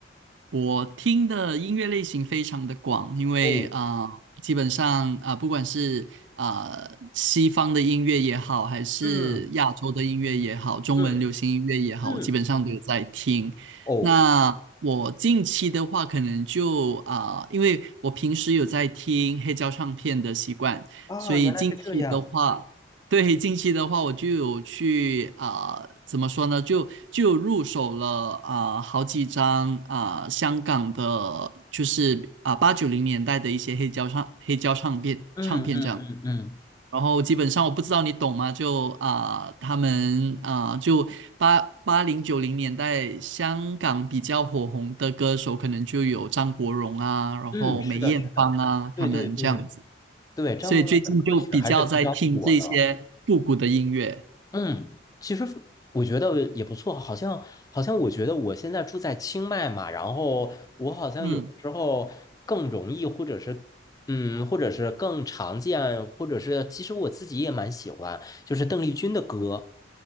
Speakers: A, on the right; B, on the left.
A: 我听的音乐类型非常的广，因为啊、
B: 哦，
A: 呃基本上啊、呃不管是啊、呃西方的音乐也好，还是亚洲的音乐也好，
B: 嗯
A: 中文流行音乐也好，
B: 嗯嗯，
A: 我基本上都有在听。
B: 哦，
A: 那我近期的话，可能就啊、因为我平时有在听黑胶唱片的习惯，
B: 啊，
A: 所以近期的话。
B: 原来是这样。
A: 对，近期的话，我就有去啊、怎么说呢？就就有入手了啊、好几张啊、香港的，就是啊八九零年代的一些黑胶唱黑胶唱片唱片这样。
B: 嗯嗯嗯嗯
A: 然后基本上我不知道你懂吗？就啊、他们啊、就八八零九零年代香港比较火红的歌手，可能就有张国荣啊，然后梅艳芳啊，
B: 嗯，是的，是的，对对对
A: 他们这样子。
B: 对，张国荣的歌曲还是比较火的。
A: 所以最近就比较在听这些复古的音乐。
B: 嗯，其实我觉得也不错，好像好像我觉得我现在住在清迈嘛，然后我好像有的时候更容易，
A: 嗯。
B: 或者是嗯，或者是更常见，或者是其实我自己也蛮喜欢，就是邓丽君的歌。